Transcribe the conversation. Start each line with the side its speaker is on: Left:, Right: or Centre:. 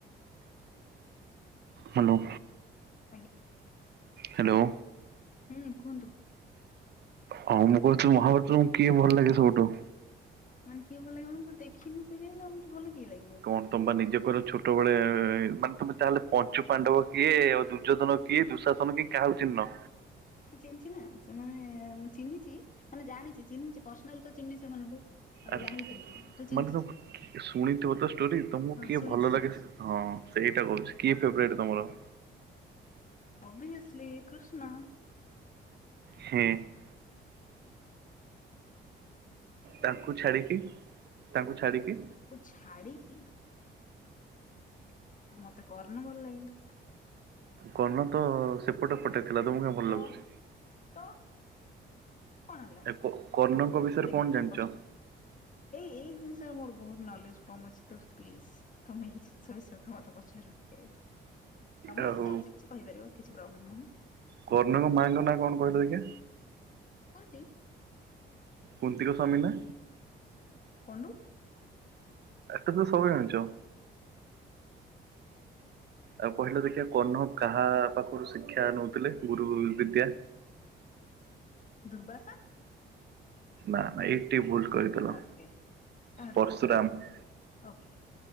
Right: ହ୍ୟାଲୋ।
Left: ଆ୍ <unintelligible>
Right: ହ୍ୟାଲୋ।
Left: ହୁଁ କୁହନ୍ତୁ।
Right: ହଁ ମୁଁ କହୁଥିଲୁ ମହାଭାରତ ତମକୁ କିଏ ଭଲ ଲାଗେ ସବୁଠୁ।
Left: ମାନେ କିଏ ଭଲ ଲାଗୋନେ ଦେଖିନି ସିରିଆଲ ଭଲ କିଏ ଲାଗେ।
Right: କଣ ତ ନିଯେ କହିଲ ଛଟ ଗୋଟେବେଳେ ମାନେ ତମେ ଚାହେଲେ ପଞ୍ଚୁ ପାଣ୍ଡବ କିଏ ଆଉ ଦୁର୍ଯ୍ୟୋଧନ କିଏ ଦୁଃଶାସନ କିଏ କାହାର ଚିହ୍ନ।
Left: ଚିହ୍ନିଚି ଛିି ନା ସେମାନେ ମୁଁ ଚିହ୍ନିଛି ମାନେ ଜାଣିଛି ଚିହ୍ନିଛି ପର୍ସନାଲ ତ ଚିହ୍ନି ସେମାନଙ୍କୁ। ଆଉ
Right: ଆରେ
Left: ଜାଣିବି କେମିତି ମୁଁ ଖାଲି ଚିହ୍ନିଛି
Right: ମାନେ ତ ଶୁଣିଥିବୋ ତେ ଷ୍ଟୋରି ତମକୁ
Left: ହଁ
Right: କିଏ
Left: ଶୁଣିଛି
Right: ଭଲ
Left: ଶୁଣିଛି
Right: ଲାଗେ ସେ ହଁ ସେଇଟା କହୁଛି କିଏ ଫେବରାଇଟ୍ ତମର।
Left: ଅବଭିିୟସ୍ଲି କୃଷ୍ଣ।
Right: ହୁଁ। <unintelligible> ତାଙ୍କୁ ଛାଡିକି ତାଙ୍କୁ ଛାଡିକି।
Left: ଛାଡ଼ିକି ଆଉ ମତେ କର୍ନ ଭଲ ଲାଗେ।
Right: କର୍ନ ତ ସେପଟେ ପଟେ ଥିଲା ତମକୁ କାହିଁ ଭଲ
Left: ତ
Right: ଲାଗୁଛି।
Left: ତ କଣ ହେଲା
Right: ଏ କର୍ଣ୍ଣଙ୍କ ବିଷୟରେ
Left: ଗୋଟେ
Right: କଣ
Left: ଗେଟରେ
Right: ଜାଣିଛ?
Left: ପଶ ଏଇ ଏଇ ଜିନିଷରେ ମୋର ବହୁତ ନଲେଜ କମ ଅଛି ତ ପ୍ଲିଜ। ତମେ ଏ ଜିନିଷ ବିଷୟରେ ତ ମତେ ପଚାରନି କେବେ ତମେ
Right: ଆଉ
Left: ଯଦି ଜାଣିଛ କି କହିପାରିବ କିଛି ପ୍ରୋବ୍ଲେମ୍ ନାହିଁ।
Right: କର୍ଣ୍ଣଙ୍କ ମାଙ୍କ ନା କଣ କହିଲ ଦେଖିଆ?
Left: କୁନ୍ତି,
Right: କଉନ୍ତି କ ସ୍ୱାମୀ ନା।
Left: କନ୍ତୁ <unintelligible>
Right: ତ ସବୁ ଜାଣିଛ। ଆଉ କହିଲେ ଦେଖିବା କହ୍ନ କାହା ପାଖରୁ ଶିକ୍ଷା ନଉଥିଲେ ଗୁରୁ ବିଦ୍ୟା।
Left: ଦୁର୍ବାସା।
Right: ନା ନା ଏଇଠି ଭୁଲ କହିଦେଲ
Left: ଓକେ କାହାଠୁ
Right: ପର୍ଶୁରାମ।
Left: ନଉଥିଲେ ଓକେ